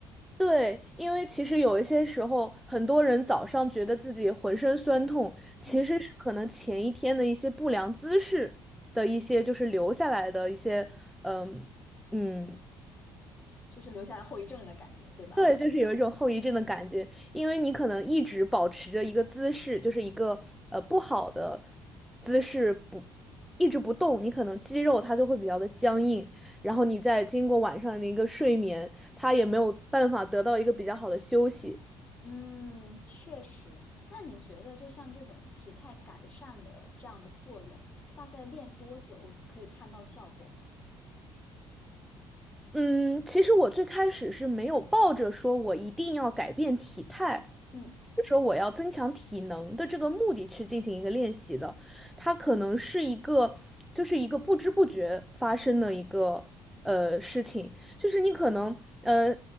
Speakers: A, in the centre; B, on the left (about 20°).
A: 对，因为其实有一些时候，很多人早上觉得自己浑身酸痛，其实是可能前一天的一些不良姿势的一些，
B: 嗯，
A: 就是留下来的一些，嗯嗯，
B: 就是留下来后遗症的感觉，对吧？
A: 对，就是有一种后遗症的感觉，因为你可能一直保持着一个姿势，就是一个呃不好的姿势不。一直不动，你可能肌肉它就会比较的僵硬，然后你再经过晚上的一个睡眠，它也没有办法得到一个比较好的休息，
B: 嗯，确实。那你觉得，就像这种体态改善的这样的作用，大概练多久可以看到效果呢？
A: 嗯，其实我最开始是没有抱着说我一定要改变体态，
B: 嗯
A: 或者说我要增强体能的这个目的去进行一个练习的，它可能是一个，就是一个不知不觉发生的一个呃事情，就是你可能呃